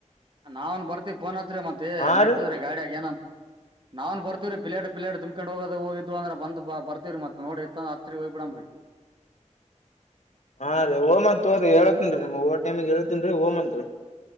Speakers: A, on the right (about 40°); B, on the left (about 65°).
A: ನಾವನ್ ಬರ್ತಿ ಫೋನ್ತ್ರಿ ಮತ್ತೆ
B: ಹಾ
A: ನಡಿತದ್ರೀ
B: ರೀ
A: ಗಾಡಿಯಾಗಿ ಏನ ನಾವನ್ ಬರ್ತಿವೀ ಪಿಲಾ ಪಲ್ಾಡ್ ತಂಬ್ಕೊಂಡ ಹೋದು ಹೋಗದು ಅ್ರ ಬರ್ವವಿ ಮ ನೋಡಿ ಇ ಅ ಹತ್ರಿ ಹೋಗಿ ಬಿಡ್ರಿ
B: ಹಾ ರೀ ಓಮತ್ ತೋ್ರಿ ಹೇಳ್ತನ್ ರೀ ನಮ್ ಓ ಟೈಮಗ್ ಹೇಳ್ತನ್ ರೀ ಓಮತ್ರಿ